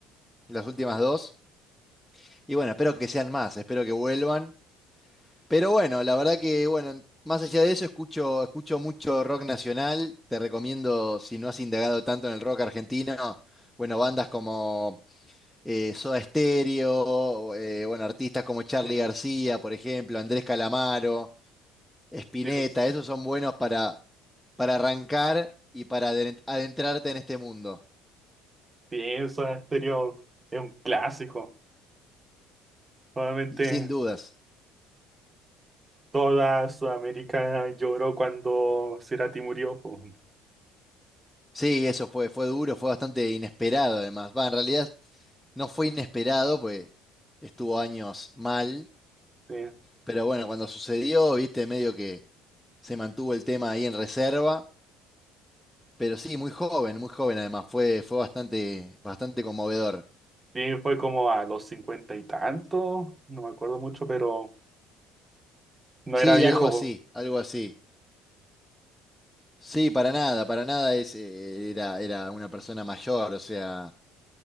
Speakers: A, in the centre; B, on the right (about 25°).
A: las últimas dos. Y bueno, espero que sean más, espero que vuelvan. Pero bueno, la verdad que, bueno, más allá de eso, escucho, escucho mucho rock nacional. Te recomiendo, si no has indagado tanto en el rock argentino, bueno, bandas como eh, Soda Stereo, eh, bueno, artistas como Charly
B: sí,
A: García, por ejemplo, Andrés Calamaro, Spinetta,
B: Dios,
A: esos son buenos para para arrancar y para aden- adentrarte en este mundo,
B: sí, Soda Stereo es un clásico. Probablemente
A: y sin dudas.
B: toda Sudamérica lloró cuando Cerati murió. po.
A: Sí, eso fue, fue duro, fue bastante inesperado además. Va, en realidad no fue inesperado, pues estuvo años mal,
B: Sí,
A: pero bueno, cuando sucedió, viste, medio que se mantuvo el tema ahí en reserva, pero sí, muy joven, muy joven además, fue, fue bastante, bastante conmovedor.
B: sí, fue como a los cincuenta y tanto, no me acuerdo mucho, pero no
A: Sí,
B: era viejo.
A: algo así,
B: po.
A: algo así. Sí, para nada, para nada es, eh, era, era una persona mayor, o sea...